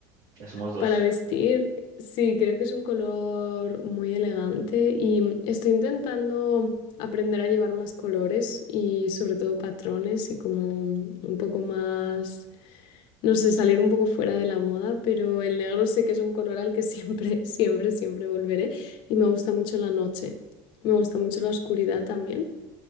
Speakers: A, on the right; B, on the left.
A: Ya somos dos.
B: para vestir. Sí, creo que es un color muy elegante y mm, estoy intentando aprender a llevar más colores y sobre todo patrones y como mm, un poco más, no sé, salir un poco fuera de la moda, pero el negro sé que es un color al que siempre, <laughs> siempre, siempre volveré y me gusta mucho la noche. Me gusta mucho la oscuridad también.